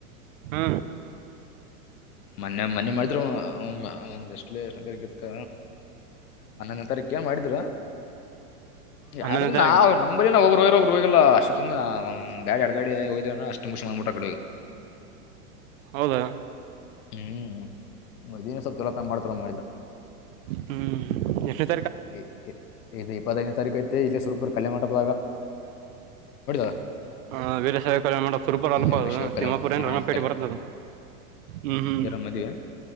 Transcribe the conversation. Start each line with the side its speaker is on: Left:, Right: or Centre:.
Right: ಹು
Left: ಮನ್ನೆ ಮನೆ ಮಾಡಿದ್ರು ಒಂದಷ್ಟಲೇ ಗಿಫ್ಟ್ ಹನ್ನೊಂದನೇ ತಾರೀಕ ಮಾಡಿದ್ರ ಯಾರಿಗ್
Right: ಹನ್ನೊಂದನೇ ತಾರೀಕು
Left: ನಾವೂ ನಂಬಲ್ಲಿ ಇರೋಬ್ರು ಹೋಗಲ್ಲ ಅಷ್ಟೆ ಸುಮ್ ಗಾಡಿ ಅಡ ಗಾಡಿ ಹೋದ್ ಅಷ್ಟು ಮುಗಸಿ ಮುಟ ಕಡೆಹೂಗಿ. <inaudible>
Right: ಹೌದಾ.
Left: ಹ್ಮ್ ಮುದನೆ ಸ್ವಲ್ಪ ಚಲೋತನ ಮಾಡ್ತಾರ ಮಾಡಿದ್ರು.
Right: ಹ್ಮ್ ಎಷ್ಟೋತ್
Left: ಇ ಇ ಇದು ಇಪ್ಪತೈದನೇ ತಾರೀಕು ಐತೆ ಇಲ್ಲೆ ಸುರಪುರ್ ಕಲ್ಯಾಣಮಂಟಪ. <unintelligible>
Right: ಹ ವೀರಶೈವ ಕಲ್ಯಾಣಮಂಟಪ ಸುರಪುರ ಅಲ್ಲಪ್ಪ
Left: ವೀರಶೈವ
Right: ಅದು
Left: ಕಲ್ಯಾಣ
Right: ತಿಮ್ಮಾಪುರ ಏನ್
Left: ಹಾಂ
Right: ರಣಪೇಟೆ ಬರ್ತದ ಹ್ಮ್ ಹ್ಮ್.
Left: ಮದವೆ.